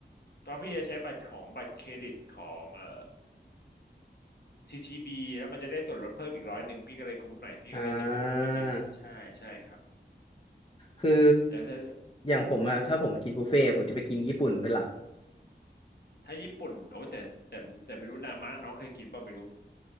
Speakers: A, on the left (about 60°); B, on the left (about 30°).
A: ตอนพี่จะใช้บัตรของบัตรเครดิตของเอ่อ ทีทีบีแล้วมันจะได้ส่วนลดเพิ่มอีกร้อยหนึ่งพี่ก็เลยคุ้มหน่อยพี่ก็เลยจะไปค่อยไปกินใช่ใช่ครับ
B: อ่า คือ
A: แต่ถ้า
B: อย่างผมอะถ้าผมกินบุฟเฟ่ต์ผมจะไปกินญี่ปุ่นเป็นหลัก
A: ถ้าญี่ปุ่นโอ้แต่แต่แต่ไม่รู้นามะน้องเคยกินเปล่าไม่รู้